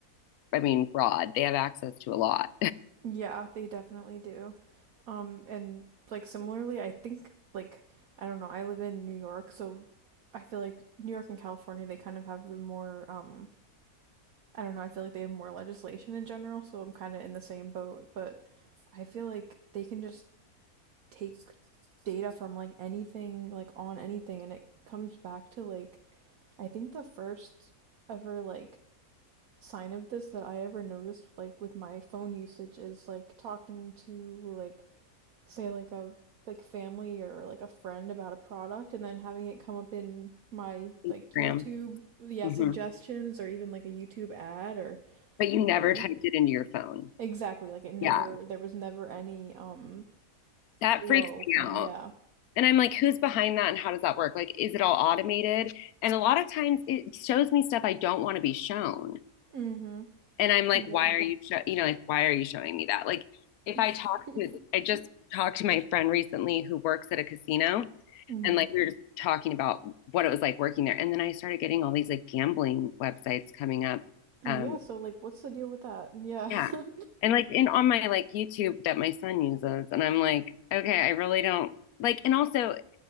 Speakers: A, on the left; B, on the right.
A: I mean, broad. They have access to a lot.
B: Yeah, they definitely do. Um, and like similarly, I think like I don't know, I live in New York, so I feel like New York and California, they kind of have the more um I don't know, I feel like they have more legislation in general, so I'm kind of in the same boat, but I feel like they can just take data from like anything like on anything and it comes back to like I think the first ever like sign of this that I ever noticed like with my phone usage is like talking to like say like a like family or like a friend about a product and then having it come up in my
A: <laughs>
B: like YouTube
A: Graham.
B: yeah
A: Mhm.
B: suggestions or even like a YouTube ad or
A: But you
B: you
A: never
B: know
A: typed it into your phone.
B: exactly like it never
A: Yeah.
B: there was never any um
A: That
B: flow
A: freaks
B: from
A: me out.
B: yeah
A: And I'm like, who's behind that and how does that work? Like, is it all automated? And a lot of times it shows me stuff I don't want to be shown.
B: mm-hmm
A: And I'm like,
B: yeah
A: why are you, show- you know, like, why are you showing me that? Like, if
B: <laughs>
A: I talk to, I just talked to my friend recently who works at a casino
B: hmm
A: and like we were just talking about what it was like working there. And then I started getting all these like gambling websites coming up.
B: Yeah,
A: Um,
B: so like what's the deal with that? Yeah.
A: yeah.
B: <laughs>
A: And like in on my like YouTube that my son uses. And I'm like, okay, I really don't like, and also